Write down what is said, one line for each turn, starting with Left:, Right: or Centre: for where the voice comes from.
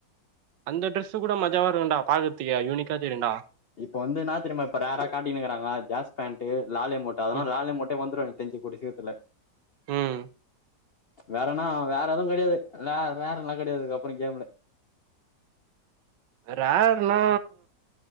Right: அந்த டிரெஸ்ஸுகூட மஜாவா இருக்குண்டா பாக்கதுக்கே யுனிக்கா தெரியுண்டா
Left: இப்ப வந்து என்னா தெரிமா இப்ப ரேர்றா காட்டினுருக்கிறாங்க ஜாஸ்பேண்ட் லாலே மட்ட அதுனால
Right: ம்
Left: லாலே மூட்டே வந்துரு தெஞ்சு குடிசே தெர்ல
Right: ம்
Left: வேறன்னா வேற எதுவு கெடையாது வே வேற எல்லாம் கெடையாதுக்கு அப்பற கேம்முல
Right: ரேர்னா